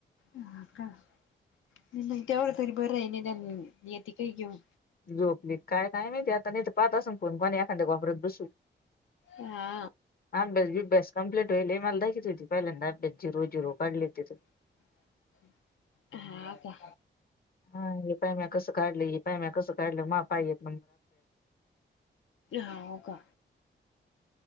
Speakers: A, on the left; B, on the left.
A: हा का. नाही नाही त्यावरढ तरी बरं आहे निदान येते काही घेऊन.
B: झोपली काय काय माहितीय आता नाही तर पाह असून फोन पणी एखाद्या वापरत बसू
A: हा.
B: अभ्यास बिभ्यास कम्प्लीट होईल, मला दाखली होती पहिल्यांदा जिरू जिरू काढली तित.
A: <inaudible> हा का.
B: हा ह पायम्या कस काढली ह पायम्या कसं काढलं मा पा येत
A: हा हो का.